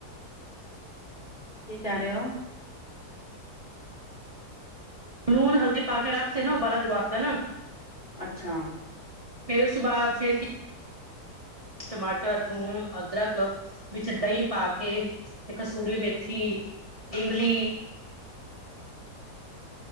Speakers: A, on the left (about 30°); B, on the right (about 20°).
A: ਕੀ ਕਹਿ ਰਹੇ ਹੋ।
B: ਲੂਣ ਹਲਦੀ ਪਾ ਕੇ ਰੱਖਤੇ, ਨਾ ਉਬਾਲਾ ਦਵਾਤਾ ਨਾ।
A: ਅੱਛਾ
B: ਫੇਰ ਸੁਬਾਹ ਫਿਰ ਕੀ ਟਮਾਟਰ, ਥੂਮ, ਅਦਰਕ ਵਿੱਚ ਦਹੀਂ ਪਾ ਕੇ, ਕਸਤੂਰੀ ਮੇਥੀ, ਇਮਲੀ